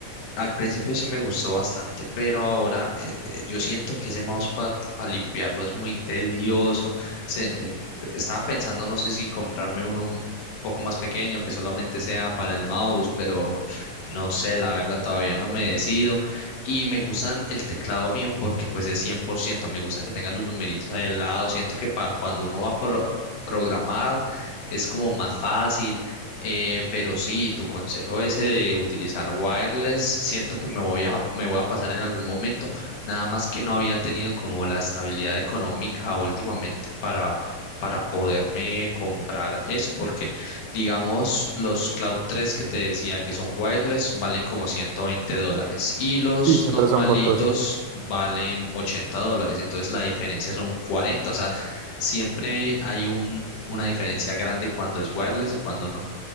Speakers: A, on the left; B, on the right.
A: Al principio sí me gustó bastante, pero ahora eh, eh, yo siento que ese mousepad al limpiarlo es muy tedioso. Se, eh, estaba pensando, no sé si comprarme uno un poco más pequeño que solamente sea para el mouse, pero no sé, la verdad todavía no me decido. Y me gustan el teclado mío porque pues es 100%. me gusta que tenga los numeritos ahí al lado. Siento que pa- cuando uno va a pro- programar es como más fácil eh, pero sí, tu consejo ese de utilizar wireless, siento que me voy a, me voy a pasar en algún momento. Nada más que no había tenido como la estabilidad económica últimamente para, para poderme comprar eso, porque digamos los Cloud tres que te decía que son wireless valen como 120 dólares y los
B: Sí, siempre
A: normalitos
B: son costosos.
A: valen 80 dólares. Entonces la diferencia son cuarenta o sea, siempre hay un, una diferencia grande cuando es wireless y cuando no.